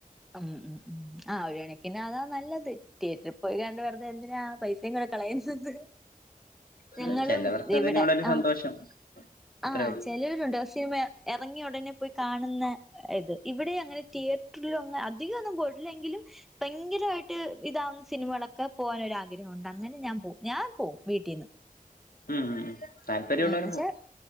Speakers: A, in the centre; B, on the left.
A: ആഹ് ഉം ഉം ഉം ആഹ് ഒരു കണക്കിന് അതാ നല്ലത് തിയേറ്ററിൽ പോയി കണ്ട് വെറുതെ എന്തിനാ പൈസയും കൂടെ കളയുന്നത്
B: അത്
A: ഞങ്ങളും
B: ചിലവർക്ക്
A: ഇവിടെ
B: അതിനോടൊരു
A: ആഹ്
B: സന്തോഷം
A: ആഹ്
B: അത്രേ ഉള്ളൂ
A: ചെലവരുണ്ട് പക്ഷെ മ എറങ്ങിയ ഉടനെ പോയി കാണുന്ന ഇത് ഇവിടെ അങ്ങനെ തിയേറ്ററിലൊ അധികന്നും പോയിട്ടില്ല എങ്കിലും എപ്പോങ്കിലയിട്ട് ഇതാവുന്ന സിനിമകളൊക്കെ പോകനൊരു ആഗ്രഹണ്ട് അങ്ങനെ ഞാൻ പോവും ഞാൻ പോവും വീട്ടീന്ന്
B: ഉം ഉം താല്പര്യമുള്ളവര്
A: ന്ന്‌വച്ചാ
B: പോട്ടെ